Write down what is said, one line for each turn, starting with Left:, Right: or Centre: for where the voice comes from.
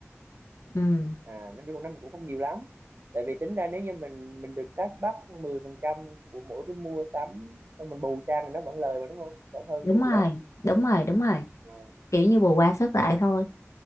Left: ừ,
Right: à năm trăm năm thì cũng không nhiều lắm tại vì tính ra nếu như mình mình được cashback 10% của mỗi cái mua sắm xong mình bù sang thì nó vẫn lời mà đúng không vẫn hơn
Left: đúng
Right: được
Left: rồi
Right: chứ
Left: đúng rồi đúng rồi
Right: Ờ.
Left: kiểu như bù qua sức lại thôi